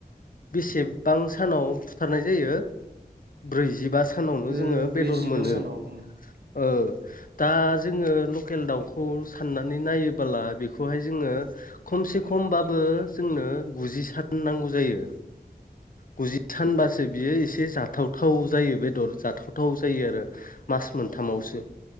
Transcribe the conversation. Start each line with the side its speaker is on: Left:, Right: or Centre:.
Left: बेसेबां सानाव बुथारनाय जायो ब्रैजिबा सानावनो
Right: ओ
Left: जोङो
Right: ब्रैजिबा
Left: बेदर मोनो
Right: सानाव उम
Left: ओ दा जोङो लकेल दाउखौ साननानै नायोबोला बेखौहाय जोङो खमसे खमबाबो जोंनो गुजि सान नांगौ जायो गुजि सानबासो बियो एसे जाथावथाव जायो बेदर जाथावथाव जायो आरो मास मोनथामावसो